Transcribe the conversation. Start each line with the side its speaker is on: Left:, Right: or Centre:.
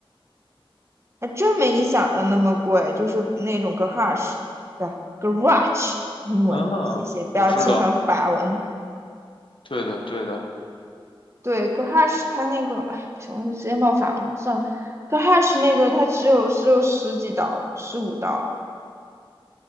Right: 还真没你想的那么贵，就是那种 garage，对吧？garage 英文，
Left: 嗯，
Right: 谢谢，不要切翻法文。
Left: 我知道，对的对的，
Right: 对，garage 它那个，哎，不行，我就直接报法文算了。garage 那个它只有只有十几刀，十五刀，